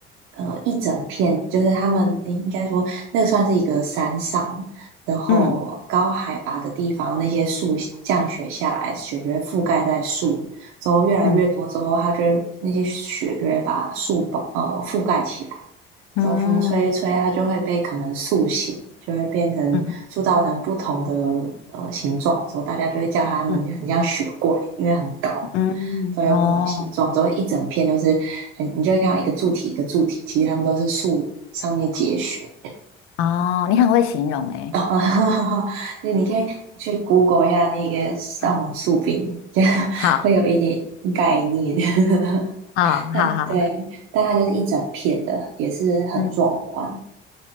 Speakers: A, on the right; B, on the left.
A: 呃，一整片，就是他们，诶，应该说那个算是一个山上，然后高海拔的地方，
B: 嗯
A: 那些树降雪下来，雪就会覆盖在树，之后越来越多之后，
B: 嗯
A: 它就会那些雪就会把树包呃覆盖起来，
B: 嗯
A: 走风吹一吹，它就会被可能塑形，就会变成塑造成不同的
B: 嗯嗯
A: 呃形状，之后大家就会叫它们很像雪怪，
B: 嗯，
A: 因为很高，
B: 嗯，
A: 都有不同的形状，
B: 哦
A: 之后一整片都是很，你就会看到一个柱体一个柱体，其实它们都是树上面结雪。
B: 哦，你很会形容哎。
A: <laughs> 对，你可以去 Google 一下那个上网树冰，
B: 嗯，
A: 就
B: 好，
A: 会有一点概念。<laughs>
B: 好，
A: 但对，
B: 好，好，
A: 但它就是一整片的，也是很壮观。
B: 嗯，